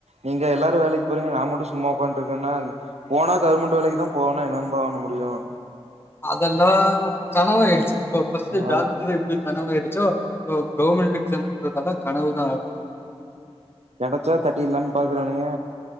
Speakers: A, on the right (about 85°); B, on the left (about 20°).
A: நீங்க எல்லாரும் வேலைக்கு போறீங்க நான் மட்டும் சும்மா உட்காட்டு இருக்கேன்னா போனா கவர்மென்ட் வேலைக்கி தான் போவேனா என்னபா பண்ண முடியும்
B: அதெல்லாம் கனவாயிடுச்சு இப்போ பஸ்ட்
A: ஆ
B: டாக்டர் எப்படி கனவாயிடுச்சோ இப்ப கவர்மெண்ட் எக்ஸாம் முங்றதெல்ல கனவுதான் அது
A: கிடைச்சா தட்டிரிலாம்னு பாக்குறானுங்க